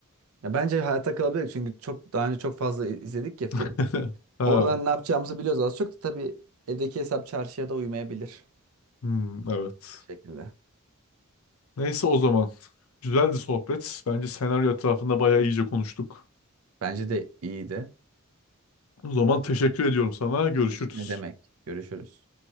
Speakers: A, on the right; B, on the left.
A: Ya bence hayatta kalabilir çünkü çok daha önce çok fazla i- izledik ya film.
B: <laughs> Ha.
A: Oradan ne yapacağımızı biliyoruz az çok da tabii evdeki hesap çarşıya da uymayabilir
B: Hmm, evet.
A: şekilde.
B: Neyse o zaman. Güzeldi sohbet. Bence senaryo etrafında bayağı iyice konuştuk.
A: Bence de iyiydi.
B: O zaman teşekkür ediyorum sana. Görüşürüz.
A: Ne demek? Görüşürüz.